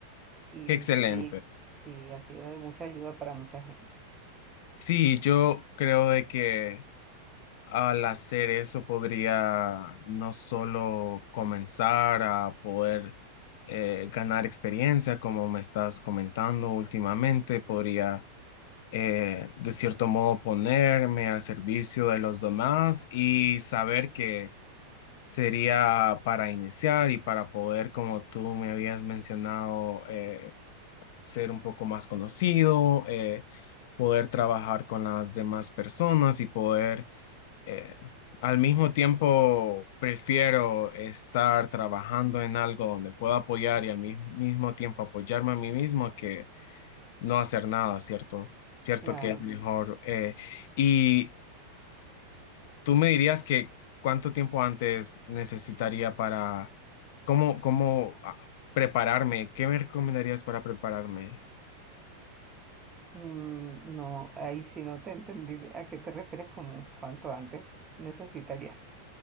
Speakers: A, on the right; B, on the left.
A: y,
B: Qué excelente.
A: s- y sí, ha sido de mucha ayuda para mucha gente.
B: Sí, yo creo de que Al hacer eso podría no solo comenzar a poder eh, ganar experiencia, como me estás comentando últimamente, podría eh, de cierto modo ponerme al servicio de los demás y saber que sería para iniciar y para poder, como tú me habías mencionado, eh, ser un poco más conocido, eh, poder trabajar con las demás personas y poder eh, al mismo tiempo prefiero estar trabajando en algo donde pueda apoyar y al mi- mismo tiempo apoyarme a mí mismo que no hacer nada, ¿cierto? Cierto
A: Claro.
B: que es mejor. eh, y tú me dirías que cuánto tiempo antes necesitaría para, cómo, cómo ah, prepararme, ¿qué me recomendarías para prepararme?
A: Mm, no, ahí sí no te entendí de- a qué te refieres con cuanto antes necesitarías.